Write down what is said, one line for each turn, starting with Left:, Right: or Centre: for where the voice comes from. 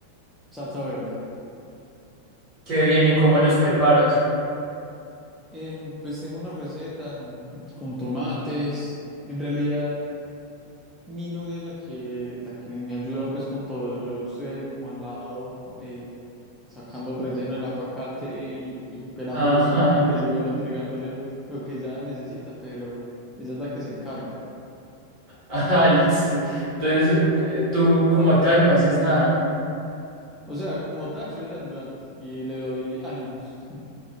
Centre: Salsa verde.
Right: Qué bien, ¿y cómo los preparas? <laughs>
Centre: Em, pues tengo una receta con tomates. En realidad, mi novia es la que, la que me ayuda pues con todo. Yo estoy ahí como al lado, eh, sacando el relleno del aguacate y, y pelando
Right: Ah,
Centre: los tomates
Right: ya.
Centre: y bueno, entregándole lo que ella necesita, pero ella es la que se encarga.
Right: Ah, listo. Entonces, eh, tú como tal no haces nada.
Centre: O sea, como tal, soy el ayudante y le doy ánimos. <laughs>